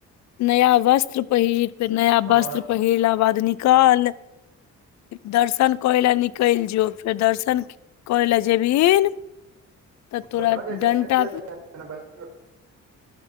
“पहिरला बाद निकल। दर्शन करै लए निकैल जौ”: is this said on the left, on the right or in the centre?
Left